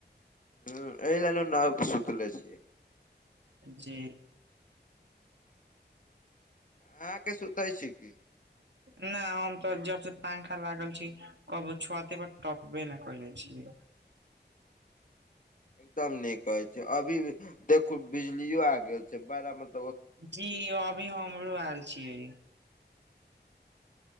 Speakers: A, on the left; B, on the right.
A: हुं एहिलै न नहर पर सुतले छि।
B: जी।
A: अहाँके सुतै छी की।
B: ना हम तऽ जब से पंखा लागल छी कबो छत पे टपबे नै कैले छि।
A: एकदम नीक कहै छैय अभी देखू बिजलियो आ गेल छैय बड़ा मत
B: जी यो अभी हमरो आयल छियै।